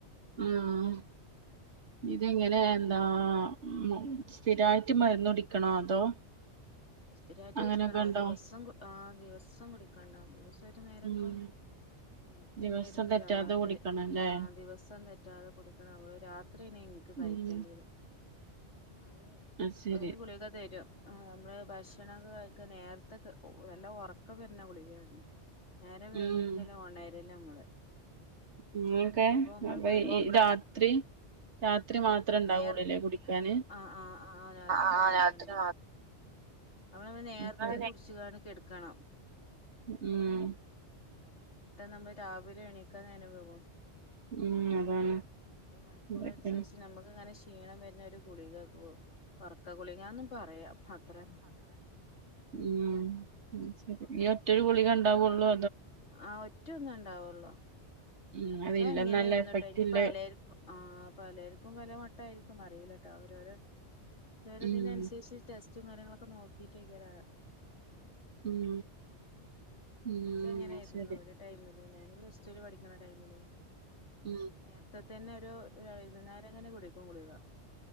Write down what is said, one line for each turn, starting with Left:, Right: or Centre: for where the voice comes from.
Right: മ്ഹ് ആഹ് ഇതിങ്ങനെ എന്താ
Left: യാ
Right: ഉം സ്ഥിരായിട്ട് മരുന്ന് കുടിക്കണോ അതോ
Left: സ്ഥിരമായിട്ട്
Right: അങ്ങനെയൊക്കെ
Left: കുടിക്കണം.
Right: ഉണ്ടോ
Left: ദിവസം ദിവസം കുടിക്കണം. ദിവസ ഒരു നേരൊക്കെ
Right: ഉം
Left: എനിക്കുണ്ടായിരുന്നു
Right: ദിവസം തെറ്റാതെ
Left: രാത്രി
Right: കുടിക്കണം ല്ലേ
Left: ആ ദിവസം തെറ്റാതെ കുടിക്കണം നമ്മള് രാത്രി നിനക്ക് കഴിക്കേണ്ടിയത്
Right: ഉം
Left: അത്
Right: അത് ശരി
Left: ഒരു ഗുളിക തരും നമ്മള് ഭക്ഷണൊക്കെ കഴിക്ക നേരത്തെ നല്ല ഒറക്കം വരുന്ന ഗുളികയാണ്. നേരം വൈകിയേച്ചാല്
Right: ഉം
Left: ഒണരില്ല നമ്മള്.
Right: ഇനിയൊക്കെ
Left: അപ്പൊ
Right: <unintelligible>
Left: നമ്മള് കെടുക്കണേന്
Right: ഈ രാത്രി രാത്രി മാത്രേണ്ടാവള്ളൂല്ലേ
Left: നേർ
Right: കുടിക്കാന്
Left: ആഹ് ആഹ് രാത്രി
Right: ആഹ് ആഹ്
Left: മാത്രം
Right: രാത്രി
Left: ഉണ്ടാവും അപ്പ നമ്മള് നേരത്തെ
Right: മാ
Left: കുടിച്ച്കാണ്ട് കെടക്കണം
Right: ഉം ഉം
Left: നമ്മൾ രാവിലെ എണീക്കാൻ നേരം വൈകും
Right: ഉം അതാണ്
Left: മണിക്കൂറനുസരിച്ച്
Right: അതൊക്കെയാണ്
Left: നമ്മക്ക് ഇങ്ങനെ ക്ഷീ ക്ഷീണം വരുന്ന ഒരു ഗുളിക ഒറക്ക ഗുളികാന്നും പറയാം. അത്രതന്നെ
Right: ഉം ഈ ഒറ്റൊരു ഗുളികണ്ടാവുള്ളു
Left: ആ ഒറ്റ ഒന്നു ഇണ്ടാവുള്ളോ
Right: ഉം
Left: ഇനക്ക്
Right: അതില്ല
Left: എങ്ങനെ
Right: നല്ല
Left: ന്നിട്ടോ
Right: എഫക്റ്റ്
Left: ഇ
Right: ഇല്ല
Left: പലരിക്കും ആ പലർക്കും പല മട്ട ആയിരിക്കും അറിയിലട്ടോ അവരോരോ ഒരുരതിന
Right: ഉം
Left: അനുസരിച്ച് ടെസ്റ്റും കാര്യങ്ങളൊക്കെ നോക്കിട്ടേക്ക ശ എക്ക്
Right: ഉം ഉം
Left: എങ്ങനൊയിരുന്നു
Right: ശരി
Left: ഒരു ടൈമില് ല്ല ഞാനിവിടെ പ്ലസ്റ്റുല് പഠിക്കണ ടൈമില്
Right: ഉം
Left: നേരത്തെ തന്നെ ഒരു വൈക്ന്നുന്നേരംങ്ങനെ കുടിക്കും ഗുളിക